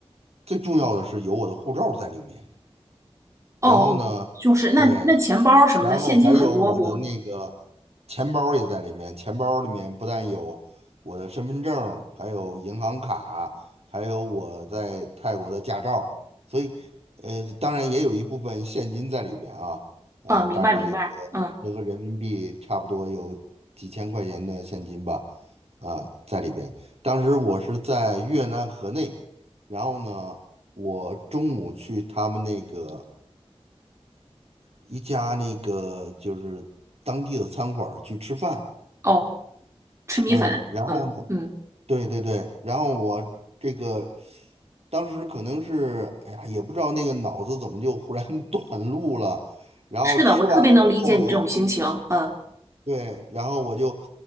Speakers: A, on the right; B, on the right.
A: 最重要的是有我的护照在里面，
B: 哦哦，
A: 然后呢，
B: 就是那那钱包什么的，
A: 对。然后还有我的那个钱包也在里面，
B: 现金很多不？
A: 钱包里面不但有我的身份证还有银行卡，还有我在泰国的驾照，所以呃，当然也有一部分现金在里边啊，呃，
B: 嗯，明白明白。
A: 大概有个
B: 嗯，
A: 折合人民币差不多有几千块钱的现金吧，啊，在里边。当时我是在越南河内，然后呢，我中午去他们那个。一家那个就是当地的餐馆儿去吃饭，
B: 哦，吃米粉。
A: 嗯，然后呢，
B: 嗯嗯，
A: 对对对，然后我这个当时可能是，哎呀，也不知道那个脑子怎么就忽然 <laughs> 短路了，然后吃完了之后呢，
B: 是的，我特别能理解你这种心情。嗯，
A: 对，然后我就